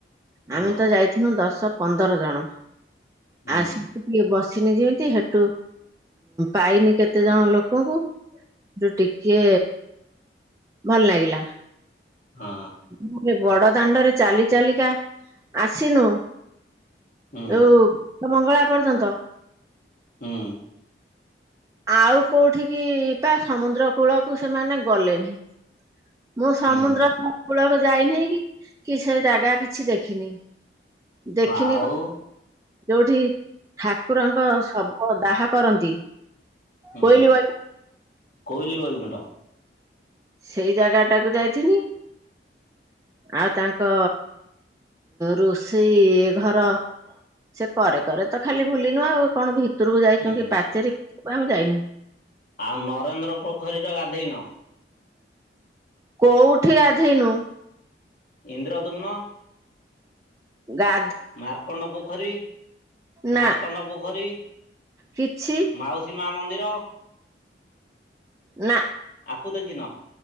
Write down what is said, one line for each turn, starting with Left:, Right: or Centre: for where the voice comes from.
Left: ହଁ
Right: ଆମେ ତ ଯାଇଥିଲୁ ଦଶ, ପନ୍ଦର ଜଣ।
Left: ହୁଁ
Right: ଆସିକି ଟିକେ ବସିନି ଯେନ୍ତି ହେ ଟୁ ପାଇନି କେତେ ଜଣ ଲୋକଙ୍କୁ। ହେଟୁ ଟିକେ ଭଲ ଲାଗିଲା।
Left: ହଁ।
Right: ନହଲେ ବଡ ଦାଣ୍ଡରେ ଚାଲି ଚାଲିକା ଆସିନୁ
Left: ହୁଁ
Right: ଯଉ ମଙ୍ଗଳା ପର୍ଯ୍ୟନ୍ତ।
Left: ହୁଁ।
Right: ଆଉ କଉଠିକି ପା ସମୁଦ୍ର କୂଳ କୁ ସେମାନେ ଗଲେନି। ମୁଁ ସମୁଦ୍ର
Left: ହୁଁ
Right: କୂଳକୁ ଯାଇନାହିଁ କି- କି ସେ ଜାଗା କିଛି ଦେଖିନି। ଦେଖିନି
Left: ଆଉ
Right: ଯଉଠି ଠାକୁରଙ୍କ ଶବ ଦାହା କରନ୍ତି
Left: ହୁଁ
Right: କୋଇଲି ବଇ
Left: କୋଇଲି ବୈକୁଣ୍ଠ।
Right: ସେଇ ଜାଗା ଟାକୁ ଯାଇଥିନି। ଆଉ ତାଙ୍କ ରୋଷେଇ ଘର ସେ କରେ କରେ ତ ଖାଲି ବୁଲିଲୁ ଆଉ କଣ ଭିତରକୁ ଯାଇଚୁ
Left: ହୁଁ
Right: କି ପାଚେରୀ ଭିତରକୁ ଆମେ ଯାଇନୁ।
Left: ଆଉ ନରେନ୍ଦ୍ର ପୋଖରୀର ଗାଧେଇନ?
Right: କଉଠି ଗାଧେଇନୁ।
Left: ଇନ୍ଦ୍ରଦ୍ୟୁମ୍ନ
Right: ଗା
Left: ମାର୍କଣ୍ଡ ପୋଖରୀ-
Right: ନା
Left: ମାର୍କଣ୍ଡ ପୋଖରୀ,
Right: କିଛି
Left: ମାଉସୀ ମା ମନ୍ଦିର।
Right: ନା।
Left: ଆକୁ ଦେଖିନ?